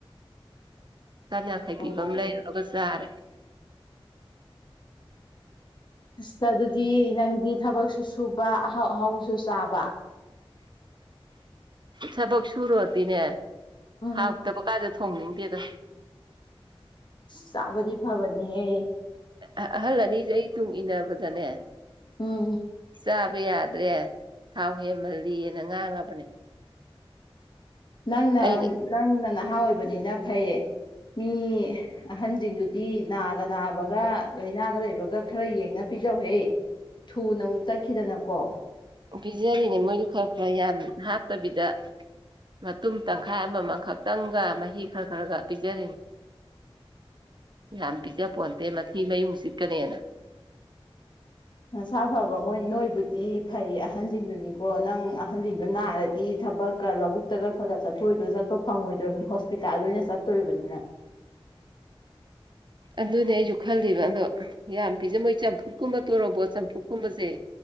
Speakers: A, on the right; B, on the left.
A: ꯆꯥꯝ ꯌꯥꯡꯈꯩ ꯄꯤꯕ
B: ꯑꯣ
A: ꯑꯃ ꯂꯩꯔꯨꯔꯒ ꯆꯥꯔꯦ
B: ꯑꯁ ꯑꯗꯨꯗꯤ ꯅꯪꯗꯤ ꯊꯕꯛꯁꯨ ꯁꯨꯕ ꯑꯍꯥꯎ ꯑꯍꯥꯎꯕꯁꯨ ꯆꯥꯕ
A: ꯊꯕꯛ ꯁꯨꯔꯣꯗꯤꯅꯦ
B: ꯎꯝ
A: ꯍꯥꯎꯇꯕ ꯀꯥꯖꯦ ꯊꯣꯡꯅꯤꯡꯗꯦꯗ
B: ꯆꯥꯕꯗꯤ ꯐꯕꯅꯤꯍꯦ
A: ꯑ ꯑꯍꯜ ꯑꯅꯤꯁꯦ ꯑꯩ ꯇꯨꯡ ꯏꯟꯅꯅꯕꯗꯅꯦ
B: ꯎꯝ
A: ꯆꯥꯕ ꯌꯥꯗ꯭ꯔꯦ ꯊꯥꯎ ꯍꯦꯟꯃꯜꯂꯤꯅ ꯉꯥꯡꯉꯕꯅꯦ
B: ꯅꯪꯅ
A: ꯑꯩꯅ
B: ꯅꯪꯅ ꯅꯍꯥ ꯑꯣꯏꯕꯅꯤꯅ ꯐꯩ ꯃꯤ ꯑꯍꯟꯁꯤꯡꯗꯨꯗꯤ ꯅꯥꯒ ꯅꯥꯕꯒ ꯂꯥꯏꯅꯥꯒ ꯂꯩꯕꯒ ꯈꯔ ꯌꯦꯡꯉ ꯄꯤꯖꯧꯍꯦ ꯊꯨꯅ ꯑꯃꯨꯛ ꯇꯠꯈꯤꯗꯅꯀꯣ
A: ꯄꯤꯖꯔꯤꯅꯦ ꯃꯣꯏꯗꯨ ꯈꯔ ꯈꯔ ꯌꯥꯝ ꯍꯥꯞꯇꯕꯤꯗ ꯃꯇꯨꯡꯨꯝ ꯇꯪꯈꯥꯏ ꯑꯃꯃꯝ ꯈꯛꯇꯪꯒ ꯃꯍꯤ ꯈꯔ ꯈꯔꯒ ꯄꯤꯖꯔꯤꯅꯤ ꯌꯥꯝ ꯄꯤꯖꯄꯣꯟꯇꯦ ꯃꯊꯤ ꯃꯌꯨꯡ ꯆꯤꯠꯀꯅꯦꯅ
B: ꯅꯁꯥ ꯐꯕ ꯃꯣꯏ ꯅꯣꯏꯕꯨꯗꯤ ꯐꯩ ꯑꯍꯟꯁꯤꯡꯗꯨꯅꯤꯀꯣ ꯅꯪ ꯑꯍꯟꯁꯤꯡꯗꯣ ꯅꯥꯔꯗꯤ ꯊꯕꯛ ꯈ ꯂꯧꯕꯨꯛꯇꯒ ꯈꯔ ꯈꯔ ꯆꯠꯊꯣꯏꯗꯣ ꯆꯠꯄ ꯐꯪꯉꯣꯏꯗꯕꯅꯤ ꯍꯣꯁꯄꯤꯇꯥꯜ ꯑꯣꯏꯅ ꯆꯠꯇꯣꯔꯤꯕꯅꯤꯅ
A: ꯑꯗꯨꯅꯦ ꯑꯩꯁꯨ ꯈꯜꯂꯤꯕ ꯑꯗꯣ ꯌꯥꯝ ꯄꯤꯖ ꯃꯣꯏ ꯆꯝꯐꯨꯠꯀꯨꯝꯕ ꯇꯣꯔꯣꯕꯣꯠ ꯆꯝꯐꯨꯠ ꯀꯨꯝꯕꯁꯦ